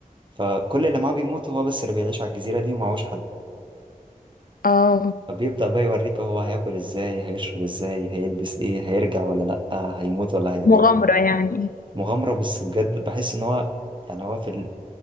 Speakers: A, on the right; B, on the left.
A: فكل اللي معاه بيموت هو بس اللي بيعيش على الجزيرة دي ومعهوش حد
B: اه
A: فبيبدأ بقى يوريك هو هياكل ازاي هيشرب ازاي هيلبس ايه هيرجع ولا لأ هيموت ولا هيعيد
B: مغامرة يعني
A: مغامرة بس بجد بحس ان هو يعني هو في ال...